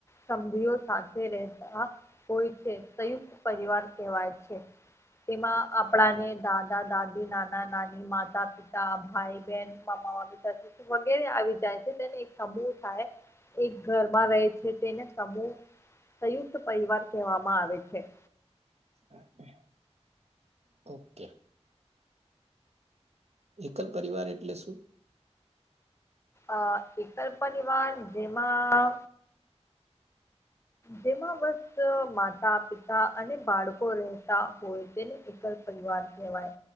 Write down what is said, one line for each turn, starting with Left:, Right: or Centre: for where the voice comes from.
Left: સભ્યો સાથે રહેતા હોય છે, સંયુક્ત પરિવાર કહેવાય છે. એમાં આપણા ને દાદા દાદી નાના નાની માતા પિ તા ભાઈ બેન મામા મામી વગેરે આવી જાય છે તેને એક સમૂહ થાય એક ઘરમાં રહે છે તેને સમૂહ સંયુક્ત પરિવાર કહેવામાં આવે છે.
Right: <inaudible> ઓકે. એકલ પરિવાર એટલે શું?
Left: અ એકલ પરીવાર જેમાં જેમાં વસ્ત માતા પિતા અને બાળકો રહેતા હોય તેને એકલ પરિવાર કહેવાય